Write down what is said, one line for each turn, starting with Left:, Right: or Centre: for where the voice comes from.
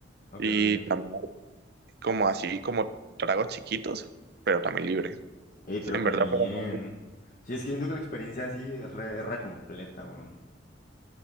Left: Ok,
Right: y
Left: ok.
Right: también hay como así como tragos chiquitos, pero también libre.
Left: Ey,
Right: Sí,
Left: pero
Right: En
Left: re
Right: verdad
Left: bien.
Right: fue bastante.
Left: Sí, es que siento que la experiencia así es re, re completa, weón.